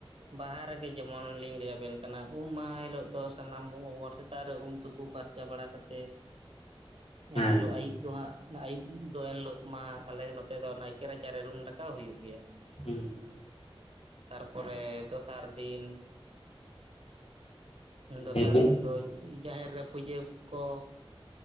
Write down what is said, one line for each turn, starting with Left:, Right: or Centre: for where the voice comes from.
Right: ᱵᱟᱦᱟ ᱨᱮᱜᱮ ᱡᱮᱢᱚᱱ ᱞᱤᱧ ᱞᱟᱹᱭᱟᱵᱮᱱ ᱠᱟᱱᱟ ᱩᱢ ᱢᱟᱦᱟ ᱦᱤᱞᱳᱜ ᱫᱚ ᱥᱟᱱᱟᱢ <unintelligible> ᱥᱮᱛᱟᱜ ᱨᱮ ᱩᱢ ᱛᱩᱯᱩ ᱯᱷᱟᱨ ᱪᱟ ᱵᱟᱲᱟ ᱠᱟᱛᱮᱫ
Left: <inaudible> ᱦᱮᱸ
Right: ᱮᱱᱦᱤᱞᱳᱜ ᱟᱹᱭᱩᱵ ᱫᱚ ᱦᱟᱸᱜ ᱚᱱᱟ ᱟᱹᱭᱩᱵ ᱫᱚ ᱮᱱ ᱦᱤᱞᱳᱜ ᱢᱟ ᱟᱞᱮ ᱱᱚᱛᱮ ᱫᱚ ᱱᱟᱭᱠᱮ ᱨᱟᱪᱟᱨᱮ ᱨᱩᱢ ᱰᱟᱠᱟᱣ ᱦᱩᱭᱩᱜ ᱜᱮᱭᱟ᱾
Left: ᱦᱩᱸ᱾
Right: ᱛᱟᱨᱯᱚᱨᱮ ᱫᱚᱥᱟᱨ ᱫᱤᱱ ᱫᱚᱥᱟᱨ
Left: ᱞᱟᱹᱭ ᱵᱤᱱ
Right: ᱫᱤᱱ ᱫᱚ ᱡᱟᱦᱮᱨ ᱨᱮ ᱯᱩᱡᱟᱹ ᱠᱚ